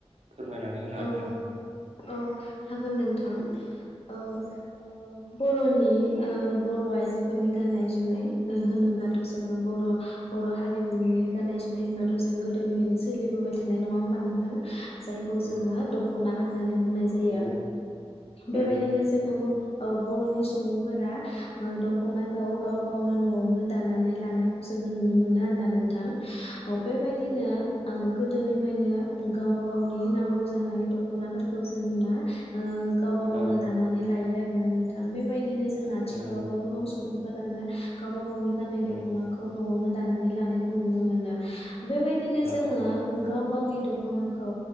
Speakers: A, on the right; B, on the left.
A: फोरमायनानै होनो हागोन
B: औ
A: नामा?
B: औ हागोन नों थां। औ औ बर'नि ओ बर' आइजोफोरनि गाननाय-जोमनाय ओ होनोब्ला जोङो बर'-बर' हारिमुनि गाननाय-जोमनाय होनबाथ' जों गोदोनिफ्रायनो सोलिबोबाय थानाय । नङा होमबा नोनथां? जाय जोङो
A: औ
B: दख' ना होननानै बुंनाय जायो।
A: औ
B: बेबायदिनो
A: ओरैनो
B: जोङो बर'नि औ बर' सु बुंफोरा दख'नाखौ गाव गावनो न'आवनो दानानै लानायखौ जोङो नुनो मोनो आरोना नोंथां। औ बेबायदिनो ओं गोदोनिफायनो गावबा गाव नि नांगौ जानाय दख'नाफोरखौ जोङो मा ओ गावबा गावनो
A: औ
B: दानानै लायो आ रोना नोंथां । बेबायदिनो जों आथिखालावबो
A: नंगौ
B: गोबां सुबुं फोरानो गावबा गावनि गाननाय
A: उम
B: दख'नाखौ न'आवनो दिनानै लानायखौ नुनो मोनो। बेबायदिनो
A: औ
B: जोङो गाव गावनि दख'ना खौ